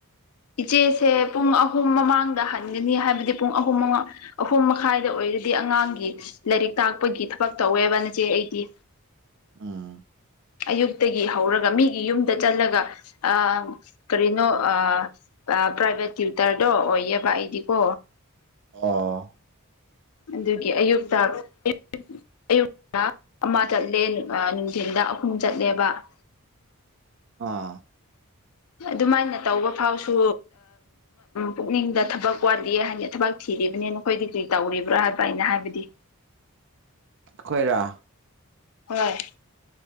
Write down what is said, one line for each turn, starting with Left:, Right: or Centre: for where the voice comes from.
Left: ꯏꯆꯦꯁꯦ ꯄꯨꯡ ꯑꯍꯨꯝ ꯃꯃꯥꯡꯗ ꯍꯟꯒꯅꯤ ꯍꯥꯏꯕꯗꯤ ꯄꯨꯡ ꯑꯍꯨꯝ ꯃꯉꯥ ꯑꯍꯨꯝ ꯃꯈꯥꯏꯗ ꯑꯣꯏ ꯑꯩꯗꯤ ꯑꯉꯥꯡꯒꯤ ꯂꯥꯏꯔꯤꯛ ꯇꯥꯛꯄꯒꯤ ꯊꯕꯛ ꯇꯧꯋꯦꯕ ꯅꯆꯦ ꯑꯩꯗꯤ
Right: ꯎꯝ
Left: ꯑꯌꯨꯛꯇꯒꯤ ꯍꯧꯔꯒ ꯃꯤꯒꯤ ꯌꯨꯝꯗ ꯆꯠꯂꯒ ꯑ ꯀꯔꯤꯅꯣ ꯑꯥ ꯄ꯭ꯔꯥꯏꯚꯦꯠ ꯇ꯭ꯌꯨꯇꯔꯗꯣ ꯑꯣꯏꯌꯦꯕ ꯑꯩꯗꯤꯀꯣ
Right: ꯑꯣ
Left: ꯑꯗꯨꯒꯤ ꯑꯌꯨꯛꯇ ꯑꯃꯨꯛ ꯑꯌꯨꯛ ꯑꯃ ꯆꯠꯂꯦ ꯅꯨꯡꯊꯤꯟꯗ ꯑꯍꯨꯝ ꯆꯠꯂꯦꯕ ꯗ
Right: ꯑꯥ
Left: ꯑꯗꯨꯃꯥꯏꯅ ꯇꯧꯕ ꯐꯥꯎꯁꯨ ꯄꯨꯛꯅꯤꯡꯗ ꯊꯕꯛ ꯋꯥꯠꯂꯤ ꯍꯥꯏꯅ ꯊꯕꯛ ꯊꯤ ꯂꯩꯔꯤꯕꯅꯤ ꯅꯈꯣꯏꯗꯤ ꯀꯔꯤ ꯇꯧꯔꯤꯕ꯭ꯔꯥ ꯍꯥꯏꯕ ꯑꯩꯅ ꯍꯥꯏꯕꯗꯤ
Right: ꯑꯩꯈꯣꯏꯔꯥ
Left: ꯍꯣꯏ